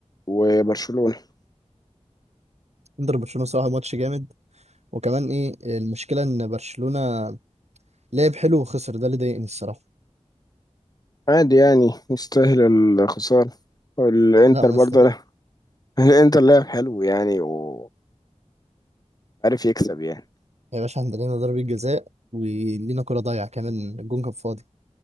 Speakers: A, on the left; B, on the right.
A: وبرشلونة
B: انتر برشلونه صراحه ماتش جامد وكمان ايه المشكله ان برشلونه لعب حلو وخسر ده اللي ضايقني الصراحه
A: عادي يعني يستاهل الخسارة والانتر
B: لا ما
A: برضه
B: يستاهل
A: لا <laughs> الانتر لعب حلو يعني وعارف يكسب يعني
B: يا باشا عندنا لينا ضربه جزاء ولينا كره ضايعه كمان الجون كان فاضي